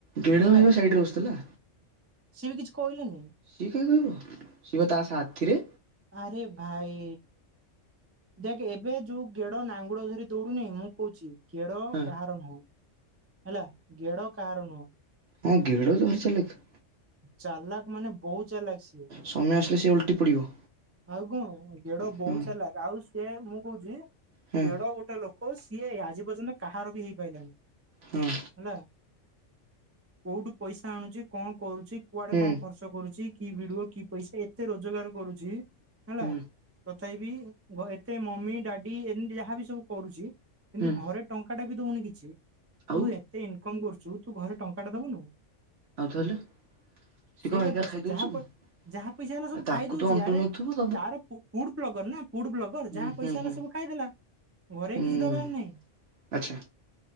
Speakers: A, on the right; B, on the right.
A: ଗେଡୁ
B: ହେଲା।
A: ଭାଇ ବା ସାଇଟରେ ବସିଥିଲା।
B: ସିଏ ବି କିଛି କହିଲେନି।
A: ସିଏ କାଇଁ କହିବ ଶିଏ ବା ତା ସାଥୀରେ।
B: ଆରେ ଭାଇ ଦେଖ ଏବେ ଯୋଉ ଗେଡ ନାଙ୍ଗୁଳ ଧରି ଦୌଡୁନି ମୁଁ କହୁଛି ଗେଡ
A: ହଁ
B: କାହାର ନୁହଁ। ହେଲା ଗେଡ କାହାର ନୁହଁ।
A: ହଁ ଗେଡ଼ ତ ଭାରି ଚାଲାକ।
B: ଚାଲାକ ମାନେ ବହୁତ ଚାଲାକ ସିଏ।
A: ସମୟ ଆସିଲେ ସେ ଓଲ୍ଟି ପଡିବ।
B: ଆଉ କଣ ଗେଡ
A: ହୁଁ
B: ବହୁତ ଚାଲାକ ଆଉ ସେ ମୁଁ କହୁଛି
A: ହୁଁ
B: ଗେଡ ଗୋଟେ ଲୋ କ ସିଏ ଆଜି ପର୍ଯ୍ୟନ୍ତ କାହାର ବି ହେଇପାରିଲାନି।
A: ହୁଁ।
B: ହେଲା କୋଉଠି ପଇସା ଆଣୁଛି କଣ କରୁଛି କୁଆଡେ
A: ହୁଁ
B: କଣ ଖର୍ଚ୍ଚ ଟ କରୁଛି କି ଭିଡିଓ କି ପଇସା ଏତେ ରୋଜଗାର କରୁଛି ହେଲା
A: ହୁଁ
B: ତଥାବିି ଘ ଏତେ ମମି ଡାଡି ଏମିତି ଯାହାବି ସବୁ କରୁଛି। କିନ୍ତୁ
A: ହୁଁ
B: ଘରେ ଟଙ୍କା ଟା ବି ଦୋଉନି କିଛି।
A: ଆଉ
B: ତୁ ଏତେ ଇନକମ କରୁଛୁ ତୁ ଘରେ ଟଙ୍କା ଟା ଦବୁନୁ।
A: ଆଉ ତାହେଲେ ସିଏ
B: ସେଇ
A: କଣ
B: କଥା
A: ଏକା ଖାଇଦୋଉଛି
B: ଯାହା
A: ସବୁ ଏ
B: ଯାହା ପଇସା ହେଲା ସବୁ
A: ଆଉ ତାକୁ
B: ଖାଇ ଦଉଛି
A: ତ ଅଣ୍ଟୁ
B: ଆରେ
A: ନଥିବ।
B: ତାର ଫୁ ଫୁଡ ବ୍ଲଗର ନା ଫୁଡ ବ୍ଲଗର
A: ହୁଁ
B: ଯାହା ପଇସା
A: ହୁଁ
B: ହେଲା
A: ହୁଁ
B: ସବୁ ଖାଇଦେଲା। ଘରେ
A: ହୁଁ
B: କିଛି ଦବାର ନାହିଁ।
A: ଆଚ୍ଛା।